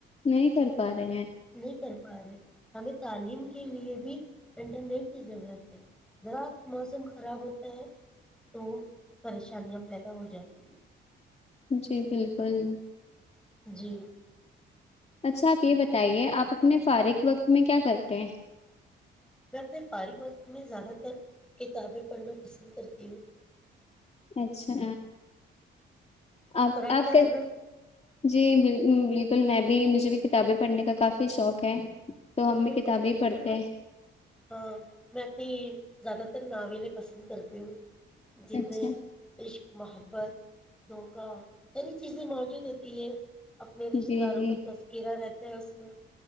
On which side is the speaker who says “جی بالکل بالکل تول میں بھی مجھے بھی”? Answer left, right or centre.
Left